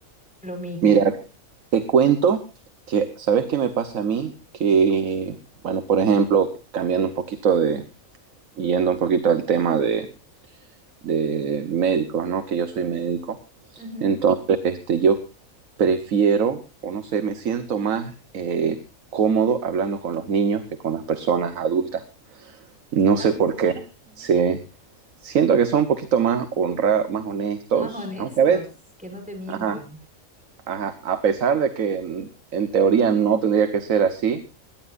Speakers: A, in the centre; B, on the right.
A: lo mismo.
B: Mira, te cuento que, ¿sabes qué me pasa a mí? Que, bueno, por ejemplo, cambiando un poquito de, yendo un poquito al tema de de médicos, ¿no? Que yo soy médico.
A: Ujú.
B: Entonces, este, yo prefiero, o no sé, me siento más eh, cómodo hablando con los niños que con las personas adultas. No
A: Ah,
B: sé por
A: sí.
B: qué. Sí. Siento que son un poquito más honrados, más honestos,
A: Más honestos,
B: aunque a veces,
A: que no te mienten.
B: ajá, ajá, a pesar de que en, en teoría no tendría que ser así,